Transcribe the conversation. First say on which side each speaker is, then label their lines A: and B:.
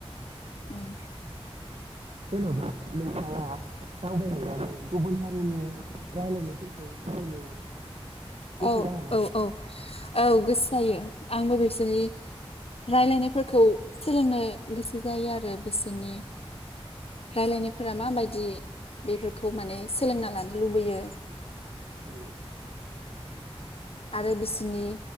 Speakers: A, on the left (about 65°); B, on the right (about 75°).
A: उम।
B: जेन'बा नोंथाङा दावबायहैनानै गुबुन हारिनि रायलायनायफोरखौ <unintelligible> गोसो
A: औ
B: जागोना
A: औ
B: जाया?
A: औ औ गोसो जायो। आंबो बिसोरनि रायलायनायफोरखौ सोलोंनो गोसो जायो आरो बिसोरनो रायलायनायफोरा माबायदि बेफोरखौ माने सोलोंना लानो लुबैयो।
B: औ
A: आरो बिसोरनि